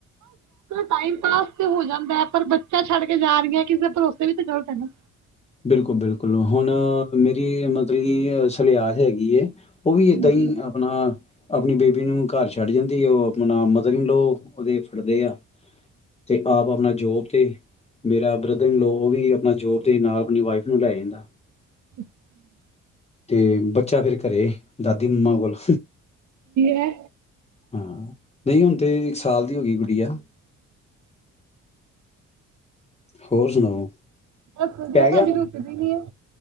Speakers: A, on the right (about 70°); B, on the left (about 20°).
A: ਟਾਈਮ ਪਾਸ ਤੇ ਹੋ ਜਾਂਦਾ ਪਰ ਬੱਚਾ ਛੱਡ ਕੇ ਜਾ ਰਹੀਆਂ ਕਿਸੇ ਦੇ ਭਰੋਸੇ ਵੀ ਤੇ ਗ਼ਲਤ ਹੈ ਨਾ।
B: ਬਿਲਕੁਲ ਬਿਲਕੁਲ ਹੁਣ ਮੇਰੀ ਮਤਲਬ ਕੀ ਸਲਿਆਤ ਹੈਗੀ ਹੈ। ਉਹ ਵੀ
A: ਹਾਂਜੀ
B: ਏਦਾਂ ਹੀ ਆਪਣਾ ਆਪਣੀ ਬੇਬੀ ਨੂੰ ਘਰ ਛੱਡ ਜਾਂਦੀ ਆ ਉਹ ਆਪਣਾ ਮਦਰਗ ਲੋਓ ਉਹਦੇ ਫੜਦੇ ਆ ਤੇ ਆਪ ਆਪਣਾ ਜੋਬ ਤੇ ਮੇਰਾ ਬ੍ਰਦਰਗ ਲੋ ਉਹ ਵੀ ਆਪਣਾ ਜੋਬ ਤੇ ਨਾਲ ਆਪਣੀ ਵਾਈਫ ਨੂੰ ਲੈ ਜਾਂਦਾ।
A: <unintelligible>
B: ਤੇ ਬੱਚਾ ਫਿਰ ਘਰੇ ਦਾਦੀ ਮੰਮਾ ਕੋਲ
A: ਹੈ।
B: ਹਾਂ ਨਹੀਂ ਹੁਣ ਤੇ ਇੱਕ ਸਾਲ ਦੀ ਹੋ ਗਈ ਗੁੜੀਆ ਹੋਰ ਸੁਣਾਓ?
A: ਬਸ ਵਧੀਆ
B: ਪੈ
A: ਸਾਡੀ
B: ਗਿਆ
A: ਰੋਟੀ ਬਣੀ ਹੈ।